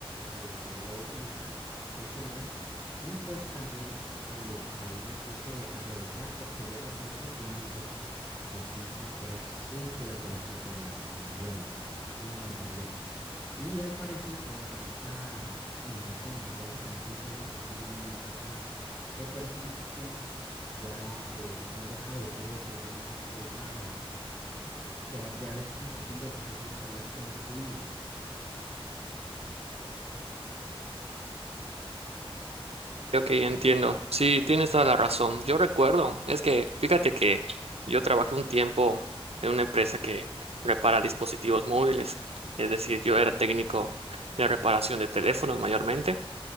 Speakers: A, on the left (about 25°); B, on the right (about 90°).
A: para lo que yo la voy a utilizar, el celular. Y pues también eh, ahí me puse a revisar porque yo recuerdo que antes los Samsung eran súper, pero súper la- lagueables. Es una barbaridad. Y al parecer ahora con esta, bueno, esta no, ya hace como cinco años que tienen una nueva capa de personalización, ya, eh, ya han dejado de ser ese, digamos, ese- esa que da- de dar esa sensación de, de ser un celular que no es fluido. Entonces,
B: Ok, entiendo. Sí, tienes toda la razón. Yo recuerdo, es que fíjate que yo trabajé un tiempo en una empresa que repara dispositivos móviles, es decir, yo era técnico de reparación de teléfonos mayormente,